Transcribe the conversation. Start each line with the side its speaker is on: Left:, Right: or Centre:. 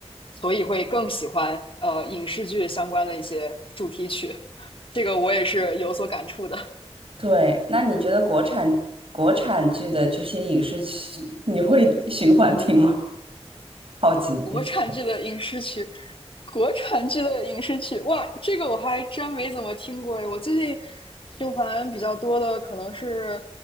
Left: 所以会更喜欢呃影视剧相关的一些主题曲，这个我也是有所感触的。
Right: 对，那你觉得国产国产剧的这些影视剧，你会循环听吗？好奇，
Left: 国产剧的影视剧，
Right: 就是
Left: 国产剧的影视剧，哇，这个我还真没怎么听过诶。我最近循环比较多的可能是，